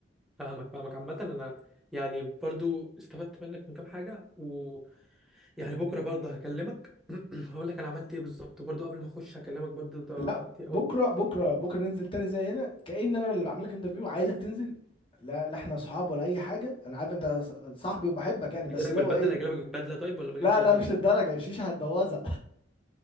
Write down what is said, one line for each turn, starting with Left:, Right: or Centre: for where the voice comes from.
Centre: فاهمك فاهمك عامه انا يعني برضو استفدت منك من كام حاجه و يعني بكره برضه هكلمك <clears throat> هقول لك انا عملت ايه بالظبط برضه قبل ما اخش هكلمك برضه ت-
Left: لا
Centre: ت- أو-
Left: بكره بكره
Centre: أو-
Left: بكره ننزل تاني زي هنا كأن انا اللي بعمل لك انترفيو عايزك تنزل لا لا احنا اصحاب ولا اي حاجه انا عارف انت ص- صاحبي وبحبك يعني بس
Centre: اجي لك
Left: اللي
Centre: بالبدله
Left: هو ايه
Centre: اجي لك بالبدله طيب ولا ما
Left: لا
Centre: اجيلكش
Left: لا
Centre: بالبدله
Left: مش للدرجه الشيشه هتبوظها